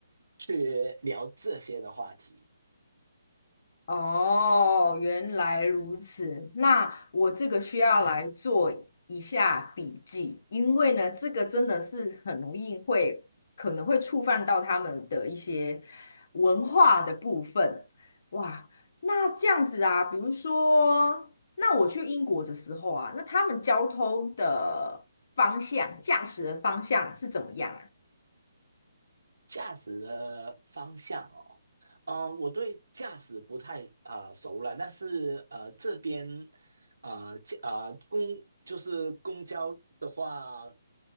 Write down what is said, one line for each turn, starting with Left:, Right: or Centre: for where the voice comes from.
Right: 去聊这些的话题。
Left: 哦，原来如此。那我这个需要来做一下笔记，因为呢，这个真的是很容易会可能会触犯到他们的一些文化的部分。哇，那这样子啊，比如说，那我去英国的时候啊，那他们交通的方向、驾驶的方向是怎么样啊？
Right: 驾驶的方向哦，嗯、我对驾驶不太啊熟了，但是呃这边呃驾呃公就是公交的话